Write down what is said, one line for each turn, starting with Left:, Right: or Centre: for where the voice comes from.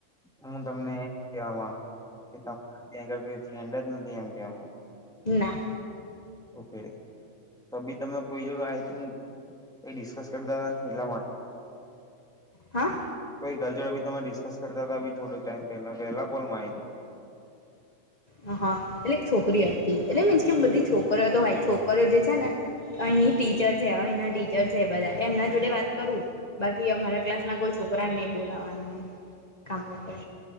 Centre: હું તમને એમ કેવા ગુ છ કે ત્યાં આગળ કોઈ ફ્રેન્ડ જ નથી એમ કેવા.
Left: ના.
Centre: ઓકે તો બી તમે કોઈ જોડ આઈ થિક એ. એટલા માટે
Left: હા
Centre: કો. ગલજોડ બી તમે ડિસ્કસ કરતાતા અબી થોડોક ટાઈમ પેહ્લા, પેલા કોલ મારી
Left: હ હા એટલે એક છોકરી હ એટલે મીન્સ કે બધી છોકરિયો તો હોય, છોકરિયો જે છે ને અહીની ટીચર છે અહીંના ટીચર છે બધા એમના જોડે વાત કરું બાકી અમારા ક્લાસ ના કોઈ છોકરાને નહી બોલાવાના એમ. કામ વખર